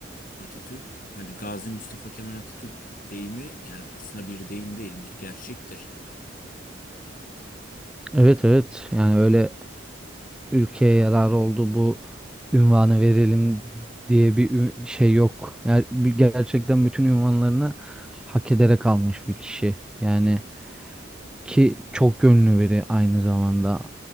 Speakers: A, on the left (about 45°); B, in the centre.
A: Atatürk hani Gazi Mustafa Kemal Atatürk deyimi yani aslında bir deyim değil bir gerçektir
B: Evet evet. Yani öyle ülkeye yararı oldu bu ünvanı verelim diye bir ü- şey yok. Yani bir- gerçekten bütün ünvanlarını hak ederek almış bir kişi. Yani ki çok gönlü biri aynı zamanda.